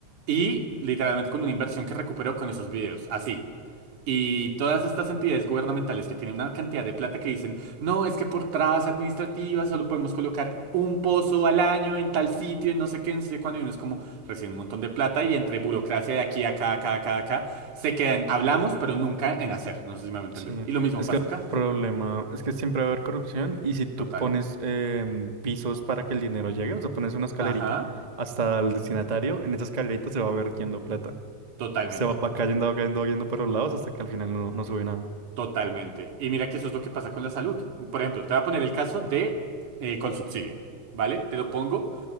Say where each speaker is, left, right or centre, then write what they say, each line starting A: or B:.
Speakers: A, on the right; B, on the right.
A: y literalmente con una inversión que recuperó con esos videos. Así, y todas estas entidades gubernamentales que tienen una cantidad de plata que dicen, no, es que por trabas administrativas solo podemos colocar un pozo al año en tal sitio, en no sé qué, en no sé cuándo, y uno es como recién un montón de plata y entre burocracia de aquí, acá, acá, acá, acá, se quedan, hablamos, pero nunca en hacer, no sé si me va a entender.
B: Sí,
A: Y lo mismo
B: es
A: pasa
B: que el
A: acá,
B: problema es que siempre va a haber corrupción y si tú
A: total.
B: pones em, pisos para que el dinero llegue, o sea, pones una escalerita
A: Ajá,
B: hasta el destinatario, en esa escalerita se va vertiendo plata.
A: totalmente,
B: Se va, va cayendo, va cayendo, va cayendo por los lados hasta que al final no, no sube nada.
A: totalmente. Y mira que eso es lo que pasa con la salud. Por ejemplo, te voy a poner el caso de eh, Colsubsidio, ¿vale? Te lo pongo.